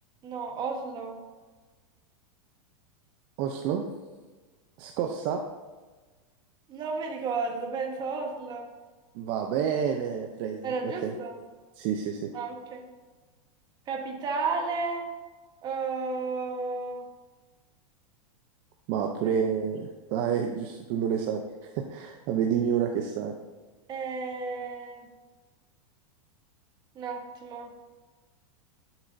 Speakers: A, on the right (about 25°); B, on the right (about 40°).
A: No, Oslo.
B: Oslo. Scossa.
A: Non mi ricordo, penso Oslo.
B: Va bene, presa,
A: Era
B: ok.
A: giusto?
B: Sì, sì, sì.
A: Ah, ok. Capitale. eh,
B: Ma
A: aspe-
B: pure... Dai, giusto, tu non le sai. <laughs> Vabbè, dimmi una che sai.
A: eh, un attimo.